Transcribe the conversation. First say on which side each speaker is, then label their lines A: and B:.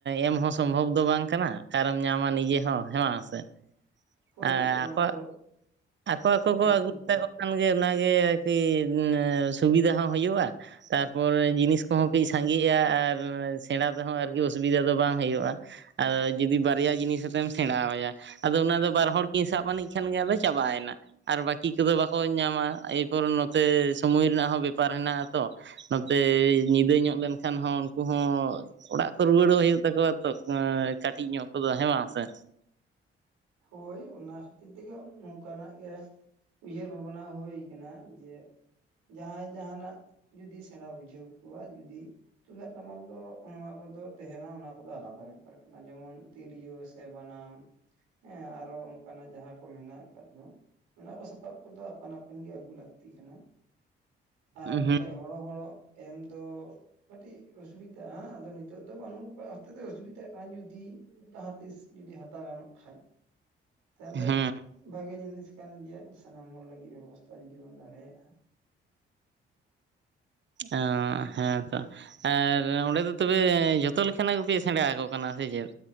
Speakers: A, on the right; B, on the right.
A: ᱮᱢ ᱦᱚᱸ ᱥᱚᱢᱵᱷᱚᱵ ᱫᱚ ᱵᱟᱝ ᱠᱟᱱᱟ, ᱟᱠᱟᱨᱮᱢ ᱧᱟᱢᱟ ᱱᱤᱡᱮ ᱦᱚᱸ ᱦᱮᱸ ᱵᱟᱝ ᱥᱮ?
B: ᱦᱳᱭ
A: ᱟ
B: ᱚᱱᱟ
A: ᱟᱠᱚᱣᱟᱜ
B: ᱫᱚ
A: ᱟᱠᱚ ᱟᱠᱚ
B: ᱟᱯᱟᱱ
A: ᱠᱚ ᱟᱹᱜᱩ
B: ᱟᱹᱯᱤᱱ ᱜᱮ
A: ᱟᱠᱚ ᱠᱷᱟᱱ ᱜᱮ ᱚᱱᱟᱜᱮ ᱟᱨᱠᱤ ᱥᱩᱵᱤᱫᱟ ᱦᱚᱸ ᱦᱩᱭᱩᱜᱼᱟ, ᱛᱟᱨᱯᱚᱨᱮ ᱡᱤᱱᱤᱥ ᱠᱚᱦᱚᱸ ᱠᱟᱹᱡ ᱥᱟᱸᱜᱮᱜᱼᱟ ᱟᱨ ᱥᱮᱬᱟ ᱛᱮᱦᱚᱸ ᱟᱨᱠᱤ ᱚᱥᱩᱵᱤᱫᱷᱟ ᱫᱚ ᱵᱟᱝ ᱦᱩᱭᱩᱜᱼᱟ᱾ ᱟᱫᱚ ᱡᱩᱫᱤ ᱵᱟᱨᱭᱟ ᱡᱤᱱᱤᱥᱛᱮᱢ ᱥᱮᱬᱟᱣ ᱟᱭᱟ ᱟᱫᱚ ᱚᱱᱟ ᱫᱚ ᱵᱟᱨ ᱦᱚᱲ ᱠᱤᱱ ᱥᱟᱵ ᱟᱹᱱᱤᱡ ᱠᱷᱟᱱᱜᱮ ᱟᱫᱟ ᱪᱟᱵᱟᱭᱱᱟ᱾ ᱟᱨ ᱵᱟᱹᱠᱤ ᱠᱚᱫᱚ ᱵᱟᱠᱚ ᱧᱟᱢᱟ ᱮᱨᱯᱚᱨ ᱱᱚᱛᱮ ᱥᱚᱢᱚᱭ ᱨᱮᱱᱟᱜ ᱦᱚᱸ ᱵᱮᱯᱟᱨ ᱦᱮᱱᱟᱜ ᱟᱛᱚ᱾ ᱱᱚᱛᱮ ᱧᱤᱫᱟᱹ ᱧᱚᱜ ᱞᱮᱱᱠᱷᱟᱱ ᱦᱚᱸ ᱩᱱᱠᱩ ᱦᱚᱸ ᱚᱲᱟᱜ ᱠᱚ ᱨᱩᱭᱣᱟᱹᱲᱚᱜ ᱦᱩᱭᱩᱜ ᱛᱟᱠᱚᱣᱟ ᱛᱚ, ᱠᱟᱹᱴᱤᱡ ᱧᱚᱜ ᱠᱚᱫᱚ ᱦᱮᱸ ᱵᱟᱝᱥᱮ?
B: ᱦᱳᱭ ᱚᱱᱟ ᱠᱷᱟᱹᱛᱤᱨ ᱛᱮᱜᱮ ᱱᱚᱝᱠᱟᱱᱟᱜ ᱜᱮ ᱩᱭᱦᱟᱹᱨ ᱵᱷᱟᱵᱽᱱᱟ ᱦᱩᱭ ᱠᱟᱱᱟ, ᱡᱮ ᱡᱟᱦᱟᱸᱭ ᱡᱟᱸᱦᱟᱱᱟᱜ ᱡᱩᱫᱤ ᱥᱮᱬᱟ ᱵᱩᱡᱷᱟᱹᱣ ᱠᱚᱣᱟ ᱡᱩᱫᱤ ᱛᱩᱢᱫᱟᱹᱜ ᱴᱟᱢᱟᱠ ᱫᱚ ᱦᱮᱸ ᱟᱵᱚ ᱫᱚ ᱛᱟᱸᱦᱮᱱᱟ, ᱚᱱᱟ ᱠᱚᱫᱚ ᱟᱞᱟᱫᱟ ᱵᱮᱯᱟᱨ ᱠᱟᱱᱟ ᱡᱮᱢᱚᱱ ᱛᱤᱨᱭᱳ ᱥᱮ ᱵᱟᱱᱟᱢ ᱦᱮᱸ ᱟᱨᱚ ᱚᱱᱠᱟᱱᱟᱜ ᱡᱟᱦᱟᱸ ᱠᱚ ᱢᱮᱱᱟᱜ ᱠᱟᱫ ᱫᱚ ᱚᱱᱟ ᱠᱚ ᱥᱟᱯᱟᱵ ᱠᱚᱫᱚ ᱟᱯᱟᱱ ᱟᱹᱯᱤᱱ ᱜᱮ ᱟᱹᱜᱩ ᱞᱟᱹᱠᱛᱤ ᱠᱟᱱᱟ, ᱟᱨ
A: ᱦᱩᱸ
B: ᱵᱟᱠᱷᱟᱡ ᱦᱚᱲᱚ ᱦᱚᱲᱚᱜ ᱮᱢ ᱫᱚ ᱠᱟᱹᱴᱤᱡ ᱚᱥᱩᱵᱤᱫᱟᱼᱟᱜ ᱟᱫᱚ ᱱᱤᱛᱚᱜ ᱫᱚ ᱵᱟᱹᱱᱩᱜ ᱠᱟ ᱦᱚᱛᱮ ᱛᱮ ᱚᱥᱩᱵᱤᱛᱟᱜ ᱠᱟᱱᱟ ᱡᱩᱫᱤ ᱡᱟᱦᱟᱸᱛᱤᱥ ᱡᱩᱫᱤ ᱦᱟᱛᱟᱣ ᱜᱟᱱᱚᱜ ᱠᱷᱟᱡ ᱛᱟᱦᱚᱞᱮ
A: ᱦᱩᱸ
B: ᱵᱷᱟᱜᱮ ᱡᱤᱱᱤᱥ ᱠᱟᱱ ᱜᱮᱭᱟ ᱥᱟᱱᱟᱢ ᱦᱚᱲ ᱞᱟᱹᱜᱤᱫ ᱵᱮᱵᱚᱥᱛᱷᱟ ᱡᱩᱫᱤ ᱵᱚᱱ ᱫᱟᱲᱮᱭᱟᱜᱼᱟ᱾
A: ᱮᱻ ᱦᱮᱸ ᱛᱚ᱾ ᱟᱨ ᱚᱸᱰᱮ ᱫᱚ ᱛᱚᱵᱮ ᱡᱷᱚᱛᱚ ᱞᱮᱠᱟᱱᱟᱜ ᱜᱮᱯᱮ ᱥᱮᱬᱟ ᱟᱠᱚ ᱠᱟᱱᱟ ᱥᱮ ᱪᱮᱫ?